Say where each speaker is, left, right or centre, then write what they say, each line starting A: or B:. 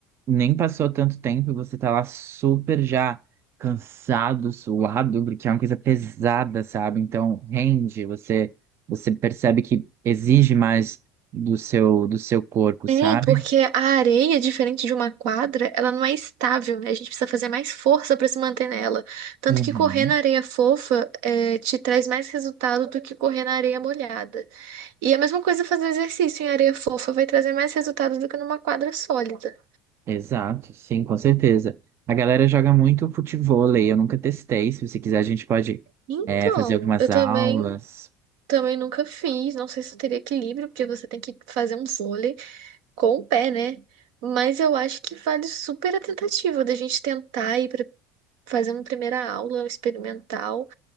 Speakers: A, on the right; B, on the right.
A: nem passou tanto tempo e você tá lá super já cansado, suado, porque é uma coisa pesada, sabe? Então, rende, você você percebe que exige mais do seu do seu corpo,
B: É,
A: sabe?
B: porque a areia, diferente de uma quadra, ela não é estável, né? A gente precisa fazer mais força pra se manter nela. Tanto
A: Uhum.
B: que correr na areia fofa é, te traz mais resultado do que correr na areia molhada. E a mesma coisa fazer exercício em areia fofa vai trazer mais resultado do que numa quadra sólida.
A: Exato, sim, com certeza. A galera joga muito futevôlei, eu nunca testei. Se você quiser, a gente pode,
B: Então,
A: é, fazer algumas
B: eu
A: aulas.
B: também Também nunca fiz, não sei se eu teria equilíbrio, porque você tem que fazer um vôlei com o pé, né? Mas eu acho que vale super a tentativa da gente tentar ir para fazer uma primeira aula experimental